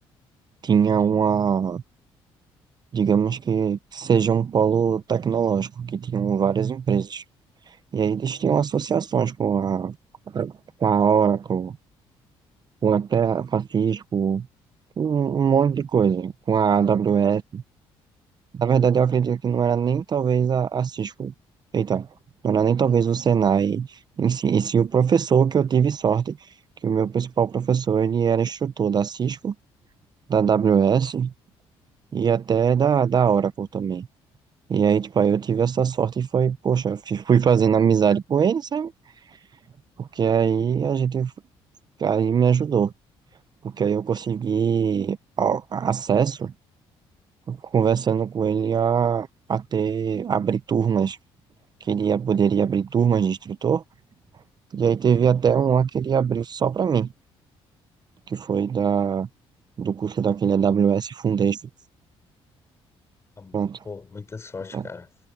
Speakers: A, on the right; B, on the left.
A: tinha
B: Sim.
A: uma, digamos que seja um polo tecnológico, que tinham várias empresas. E aí eles tinham associações com a, com a Oracle, com até a Cisco um, um monte de coisa com a AWS. Na verdade, eu acredito que não era nem talvez a, a Cisco. Eita, não era nem talvez o Senai em si, e sim o professor que eu tive sorte, que o meu principal professor ele era instrutor da Cisco, da AWS e até da, da Oracle também. E aí, tipo, aí eu tive essa sorte e foi, poxa, fi- fui fazendo amizade com ele, sabe? Porque aí a gente, aí me ajudou. Porque aí eu consegui ó, acesso conversando com ele a, a ter, abrir turmas, que ele ia- poderia abrir turmas de instrutor, e aí teve até um lá que ele abriu só para mim, que foi da, do curso daquele AWS Foundation.
B: Ah,
A: Pronto.
B: pô, muita sorte,
A: tá?
B: cara.